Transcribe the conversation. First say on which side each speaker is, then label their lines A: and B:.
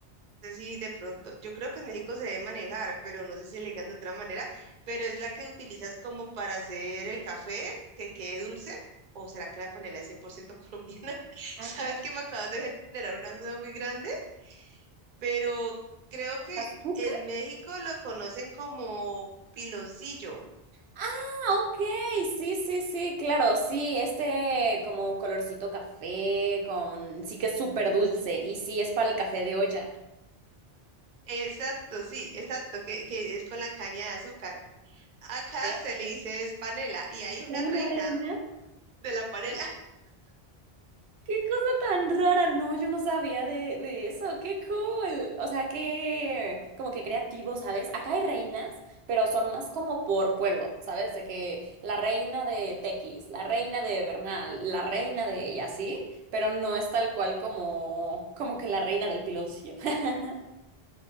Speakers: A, on the right; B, on the right.
A: sé si de pronto, yo creo que en México se debe manejar, pero no sé si le digan de otra manera, pero es la que utilizas como para hacer el café, que quede dulce, o será que la panela es 100% colombiana. <laughs>
B: Ah,
A: Sabes
B: caray,
A: que me acabas de generar una duda muy grande, pero creo
B: ¿con
A: que
B: azúcar?
A: en México lo conocen como piloncillo.
B: Ah, ok, sí, sí, sí, claro, sí, este como colorcito café, con, sí que es súper dulce, y sí es para el café de olla.
A: Exacto, sí, exacto, que, que es con la caña de azúcar. Acá
B: Ok.
A: se le dice es panela y hay una
B: ¿Y hay
A: reina
B: una reina?
A: de la panela.
B: Qué cosa tan rara. No, yo no sabía de, de eso. Qué cool. O sea, qué como que creativo, ¿sabes? Acá hay reinas, pero son más como por pueblo, ¿sabes? De que la reina de Tequis, la reina de Bernal, la reina de y así, pero no es tal cual como como que la reina del piloncillo. <laughs>